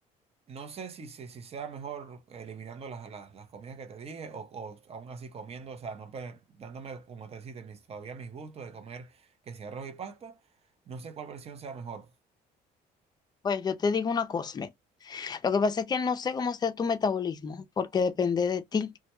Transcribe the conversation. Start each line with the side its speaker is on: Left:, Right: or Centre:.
Right: no sé si, si, si sea mejor eliminando las, las, las comidas que te dije o, o aún así comiendo, o sea, no pe- dándome, como te decía, mis, todavía mis gustos de comer que sea arroz y pasta. No sé cuál versión sea mejor.
Left: Pues yo te digo una cosa, Lo que pasa es que no sé cómo sea tu metabolismo, porque depende de ti.